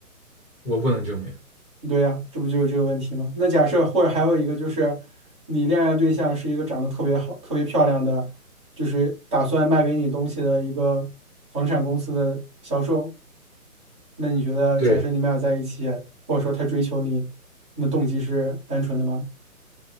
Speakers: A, on the left (about 20°); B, on the right (about 20°).
A: 我不能证明。
B: 对呀，这不就是这个问题吗？那假设或者还有一个就是，你恋爱对象是一个长得特别好、特别漂亮的，就是打算卖给你东西的一个房产公司的销售，那你觉得，
A: 对，
B: 假设你们俩在一起，或者说他追求你，那动机是单纯的吗？